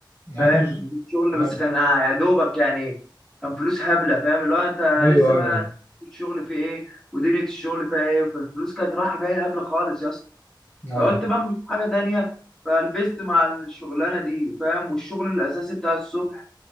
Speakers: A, on the left; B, in the centre.
A: يعني
B: فاهم
A: انت مش...
B: نزلت شغل
A: ايوه
B: بس كان يا دوبك يعني كان فلوس هبله فاهم اللي هو انت
A: ايوه
B: لسه بقى
A: ايوه
B: الشغل فيه ايه ودنيا الشغل فيها ايه فالفلوس كانت رايحه جايه هبله خالص يا اسطى
A: ايوه
B: فقلت بقى مش حاجه تانيه فلبست مع الشغلانه دي فاهم والشغل الاساسي بتاع الصبح